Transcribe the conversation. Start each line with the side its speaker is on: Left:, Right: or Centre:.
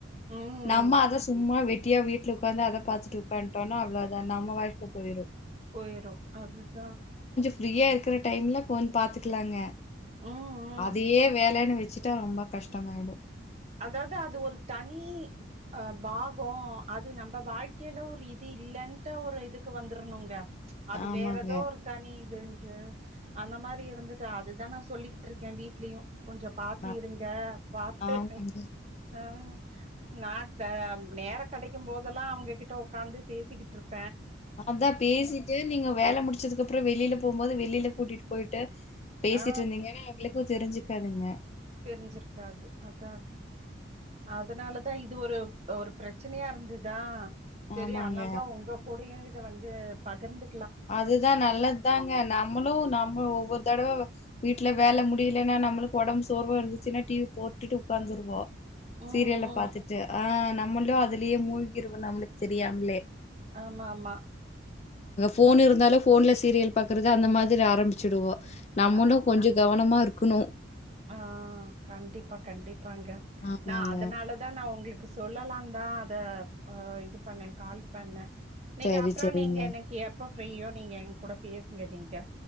Right: ம்
Left: நம்ம அத சும்மா வெட்டு வெட்டியா வீட்ல உக்காந்து அத பாத்துட்டு உட்காந்துட்டோனா அவ்ளோதா நம்ம வாழ்க்க போயிரு
Right: போயிரு அதுதா
Left: ஃப்ரீயாக இருக்குற டைம்ல போன் பாத்துக்கலாங்க
Right: ம் ம்
Left: அதையே வேலன்னு வச்சுட் ரொம்ப கஷ்டமாயிடு
Right: அதாவது அது ஒரு தனி அ பாகோ அது நம்ம வாழ்க்கையில ஒரு இது இல்லன்ட்டு ஒரு இதுக்கு வந்துரணுங்க அது
Left: ஆமாங்க.
Right: வேற எதோ ஒரு தனி இதுன்ட்டு அந்த மாதிரி இருந்துட்டா அதுதா நா சொல்லிக்கிட்டு இருக்கே வீட்லயு கொஞ்சோ பாத்தி
Left: நா
Right: இருங்க பாத்து
Left: ஆமாங்க.
Right: உம் நா த நேரோ கெடைக்கு போதெல்லா அவுங் எங்ககிட்ட உக்கார்ந்து பேசிக்கிட்டு இருப்ப
Left: அதா பேசிட்டு நீங்க வேல முடிச்சதுக்கு அப்பறோ வெளியில போகும்போது வெளியில கூட்டிட்டு போயிட்டு பேசிட்டு
Right: ஆ
Left: இருந்தீங்கன்னா அவளுக் தெரிஞ்சிக்காதங்க
Right: தெரிஞ்சிருக்காது அதா அதுனால இது ஒரு ஒரு ப்ரச்சனையா இருந்துதா செரி
Left: ஆமாங்க.
Right: அதனாலதா உங்க கூட ந்த வந்து பகிர்ந்து
Left: அதுதா நல்லது தாங்க நம்மளும் நம்மள ஒவ்வொரு தடவ வீட்ல வேல முடியலைன்னா நம்மளுக்கு ஒடம்பு சோர்வா இருந்துச்சுன்னா டிவி போட்டுட்டு உட்காந்துருவோ
Right: ம்
Left: சீரியல்ல
Right: ம்
Left: பாத்துட்டு ஆ நா நம்மளோ அதுலயே மூழ்கிவே நம்மளுக்கு தெரியாமலே
Right: ஆமா ஆமா
Left: போன்
Right: அதா
Left: இருந்தாலு ஃபோன்லஸ் சீரியல் பாக்குறது அந்த மாதிரி ஆரம்பிச்சுடுவோம் நம்மளும்
Right: ஆ
Left: கொஞ்சோ கவனமா இருக் க்கணு
Right: ஆ கண்டிப்பா கண்டிப் இருப்பாங்க
Left: ஆமாங்க
Right: நா அதனாலதா நா உங்களுக் க்கு சொல்லலாம்தா அத இது பண்ணேன் கால் பண்ணேன் நீங்க
Left: சரி
Right: அப்றோ
Left: சரிங்க
Right: நீங்க என்னைக்கு எப்ப ஃப்ரீயோ நீங்க எங்கூட பேசுங்க நீங்க